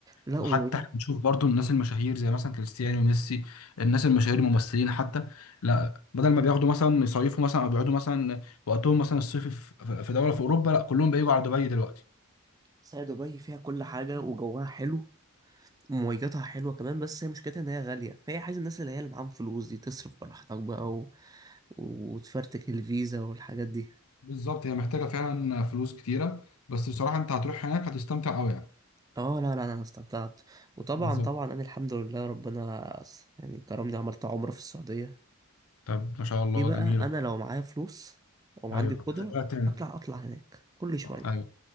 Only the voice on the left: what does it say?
وحتى
احنا بنشوف برضو الناس المشاهير زي مثلا كريستيانو وميسي الناس المشاهير الممثلين حتى لا بدل ما بياخدوا مثلا يصيفوا مثلا او بيقعدوا مثلا وقتهم مثلا الصيفي في في دوله في اوروبا لا كلهم بييجوا على دبي دلوقتي
بالظبط هي محتاجه فعلا فلوس كتيره بس بصراحه انت هتروح هناك هتستمتع قوي يعني
بالظبط
طب ما شاء الله
جميله
ايوه
تبقى تاني
ايوه